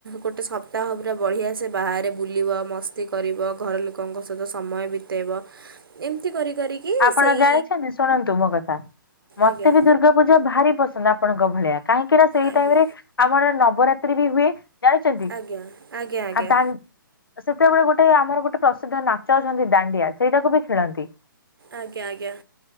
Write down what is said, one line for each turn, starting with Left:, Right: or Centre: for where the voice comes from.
Right: ଗୋଟେ ସପ୍ତାହ ପୁରା ବଢ଼ିଆସେ ବାହାରେ ବୁଲିବ ମସ୍ତି କରିବ। ଘର ଲୋକଙ୍କ ସହିତ ସମୟ ବିତେଇବ ଏମିତି କରି କରିକି
Left: ଆପଣ
Right: ସେଇ
Left: ଜାଣିଛନ୍ତି ଶୁଣନ୍ତୁ ମୋ କଥା ମତେ
Right: ଆଜ୍ଞା
Left: ବି ଦୁର୍ଗାପୂଜା ଭାରି ପସନ୍ଦ। ଆପଣଙ୍କ ଭଳିଆ କାହିଁକି ନା ସେଇ
Right: ଆଜ୍ଞା
Left: ଟାଇମ ରେ ଆମର ନବରାତ୍ରି ବି ହୁଏ। ଜାଣିଛନ୍ତି
Right: ଆଜ୍ଞା ଆଜ୍ଞା ଆଜ୍ଞା।
Left: ଆ ଦା ସେତେବେଳେ ଗୋଟେ ଆମର ଗୋଟେ ପ୍ରସିଦ୍ଧ ନାଚ ଅଛନ୍ତି ଦାଣ୍ଡିଆ ସେଇଟାକୁ ବି ଖେଳନ୍ତି।
Right: ଆଜ୍ଞା ଆଜ୍ଞା।